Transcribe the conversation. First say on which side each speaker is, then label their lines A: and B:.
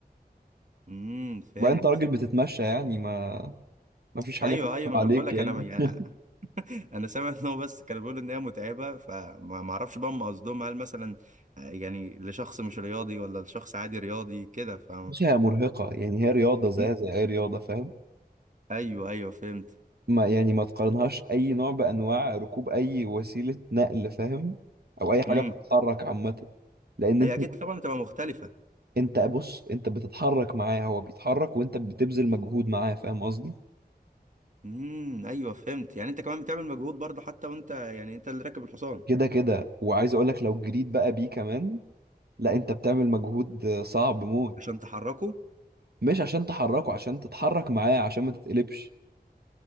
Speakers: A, on the right (about 50°); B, on the right (about 75°).
A: امم فهمت
B: وبعدين انت راجل بتتمشى يعني ما ما فيش حاجه
A: ايوه
B: تطلع
A: ايوه ما انا
B: عليك
A: بقول لك
B: يعني
A: انا يعني
B: <laughs>
A: انا سامع ان هو بس كان بيقول ان هي متعبه فما ما اعرفش بقى هم قصدهم هل مثلا آه، يعني لشخص مش رياضي ولا لشخص عادي رياضي كده ف
B: بس هي مرهقه يعني هي رياضه زيها
A: مم.
B: زي اي رياضه فاهم
A: ايوه ايوه فهمت
B: ما يعني ما تقارنهاش اي نوع بانواع ركوب اي وسيله نقل فاهم او اي حاجه
A: امم
B: بتتحرك عامه لان انت
A: هي اكيد طبعا بتبقى مختلفه
B: انت بص انت بتتحرك معاه هو بيتحرك وانت بتبذل مجهود معاه فاهم قصدي
A: امم ايوه فهمت يعني انت كمان بتعمل مجهود برضه حتى وانت يعني انت اللي راكب الحصان
B: كده كده وعايز اقول لك لو جريت بقى بيه كمان لا انت بتعمل مجهود صعب موت
A: عشان تحركه
B: مش عشان تحركه عشان تتحرك معاه عشان ما تتقلبش